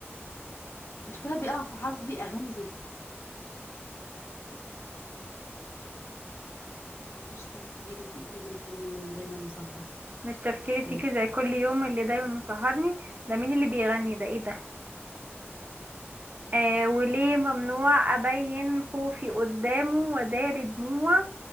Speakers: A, on the left (about 75°); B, on the right (about 40°).
A: مشكله بيقع في حظي اغاني زفت مش تفكيري فيكي زي كل يوم دايما مسهرني
B: مش تفكيري
A: تمام
B: فيكي زي كل يوم اللي دايما مسهرني ده مين اللي بيغني ده ايه ده آه وليه ممنوع أبين خوفي قدامه ودار دموع